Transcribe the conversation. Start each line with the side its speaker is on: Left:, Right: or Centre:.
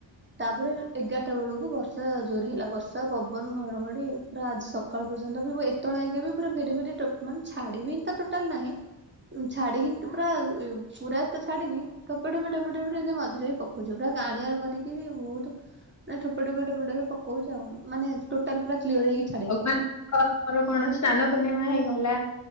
Right: ତାପରେ ଏଗାରଟା ବେଳକୁ ବର୍ଷା ଜୋର ହେଲା ବର୍ଷା ପବନ ଘଡଘଡି ପୁରା ଆଜି ସକାଳ ପର୍ଯ୍ୟନ୍ତ ବି ମୁ ଏତେବେଳେ ଆେ ବି ପୁରା ଫେରି ଫେରିାନେ ଛାଡିବି ଟୋଟାଲ ନାହିଁ। ଛାଡି ହି ପୁରା ପୁରା ଏ ତ ଛାଡିନି ଟୋପେ ଟୋପେ ଟୋପେ ଏମିତି ମଝିରେ ପ ପକୁଛୁ ପୁରା କାଆଁଳିଆ କରିକି ବି ବହୁତ ମାନେ ଠୋପେଠୋପେ ପ କହୁଚ ମାନେ ଟୋଟାଲ ପୁରା କ୍ଲିୟର ହେଇକି ଛାଡିନି।
Left: ଭଗବାନ ଆମର କଣ ସ୍ନାନ ପୂର୍ଣ୍ଣିମା ହେଇଗଲା